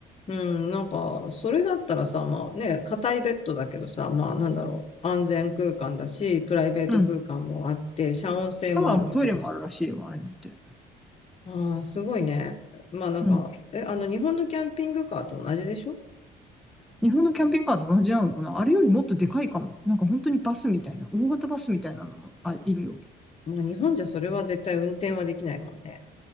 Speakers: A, on the left (about 35°); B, in the centre.
A: なんか、それだったらさ、まあね、硬いベッドだけどさ、まあなんだろう、安全空間だし、プライベート空間もあって、
B: うん。
A: 遮音性もあるわけだし。
B: シャワーもトイレもあるらしいよ、ああいうのって。
A: ああ、すごいね。まあなんか、
B: うん。
A: え、あの、日本のキャンピングカーと同じでしょ
B: 日本のキャンピングカーと同じなのかなあれよりもっとでかいかも。なんか本当にバスみたいな、大型バスみたいなのもあ、いるよ。
A: まあ日本じゃそれは絶対運転はできないもんね。